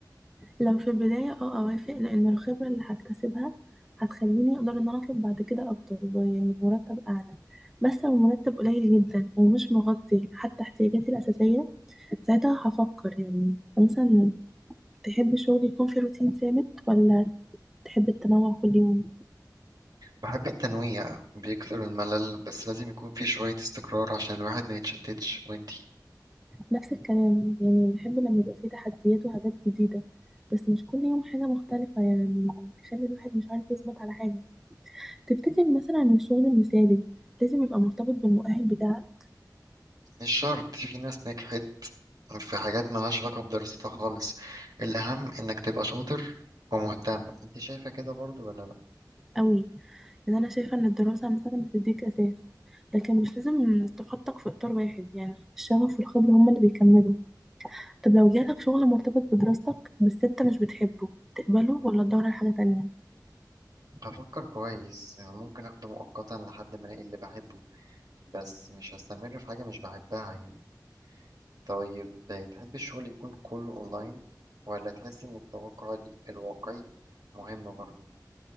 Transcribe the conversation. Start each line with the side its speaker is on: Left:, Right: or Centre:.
Centre: لو في البداية اه اوافق لان الخبرة اللي هكتسبها هتخليني اقدر ان انا اطلب بعد كده اكتر ب- يعني بمرتب اعلى بس لو مرتب قليل جدا ومش مغطي حتى احتياجاتي الأساسية ساعتها هفكر يعني أنت مثلا تحب الشغل يكون في روتين ثابت ولا تحب التنوع كل يوم
Right: بحب التنويع بيكثر الملل بس لازم يكون في شوية استقرار عشان الواحد ما يتشتتش وانتي
Centre: نفس الكلام يعني بحب لما يبقى فيه تحديات وحاجات جديدة بس مش كل يوم حاجة مختلفة يعني تخلي الواحد مش عارف يثبت على حاجة تفتكر مثلا إن الشغل المثالي لازم يبقى مرتبط بالمؤهل بتاعك
Right: مش شرط في ناس نجحت في حاجات ملهاش علاقة بدراستها خالص الأهم إنك تبقى شاطر ومهتم انت شايفة كده برضو ولا لأ
Centre: قوي، لان انا شايفه ان الدراسه مثلا بتديك اساس لكن مش لازم تحطك في اطار واحد يعني الشغف والخبره هما اللي بيكملوا طب لو جالك شغل مرتبط بدراستك بس انت مش بتحبه تقبله ولا تدور على حاجه تانية
Right: هفكر كويس يعني ممكن اخده مؤقتا لحد ما الاقي اللي بحبه بس مش هستمر في حاجة مش بحبها يعني طيب تحب الشغل يكون كله اونلاين ولا تحس ان التوقع ال- الواقعي مهم برضو